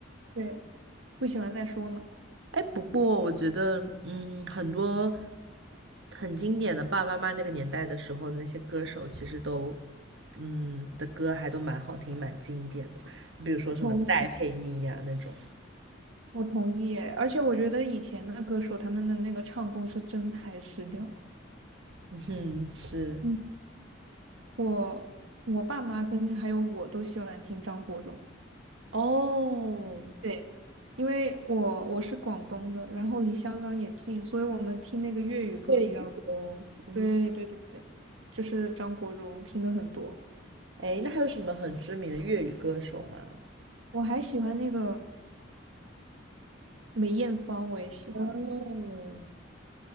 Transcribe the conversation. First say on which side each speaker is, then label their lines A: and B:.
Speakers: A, on the right; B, on the right.
A: 对，不喜欢再说嘛。
B: 哎，不过我觉得，嗯，很多很经典的爸爸妈妈那个年代的时候的那些歌手，其实都，嗯，的歌还都蛮好听，蛮经典的。比如说什么戴佩妮呀、
A: 我同意，
B: 那种，
A: 我同意耶。而且我觉得以前的歌手他们的那个唱功是真材实料。
B: 嗯哼，是
A: 嗯，我我爸妈跟还有我都喜欢听张国荣，
B: 哦，
A: 对，因为我我是广东的，然后离香港也近，所以我们听那个粤语歌比较。
B: 粤语歌，嗯，
A: 对对对对，就是张国荣听的很多。
B: 哎，那还有什么很知名的粤语歌手吗？
A: 我还喜欢那个梅艳芳，我也喜欢。
B: 嗯，